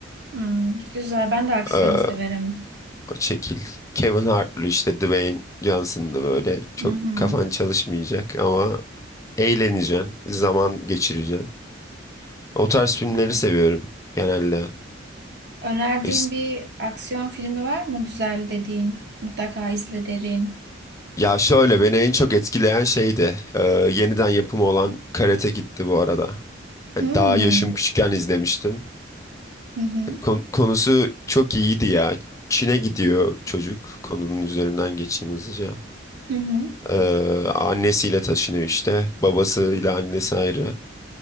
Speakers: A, on the right; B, on the left.
A: Hmm, güzel. Ben de aksiyon
B: E,
A: severim.
B: o şekil. Kevin Hart'lı işte Dwayne Johnson'lı böyle çok
A: Hı hı.
B: kafan çalışmayacak ama Eğleneceksin, zaman geçireceksin. O tarz filmleri
A: Evet.
B: seviyorum genelde.
A: Önerdiğin
B: İs-
A: bir aksiyon filmi var mı güzel dediğin? Mutlaka izle derin.
B: Ya şöyle beni en çok etkileyen şeydi. e, yeniden yapımı olan Karate Kid'ti bu arada. Hani
A: Hmm.
B: daha yaşım küçükken izlemiştim.
A: Hı hı.
B: Hani kon- konusu çok iyiydi ya. Çin'e gidiyor çocuk. Konunun üzerinden geçeyim hızlıca.
A: Hı hı.
B: E, annesiyle taşınıyor işte. Babasıyla annesi ayrı.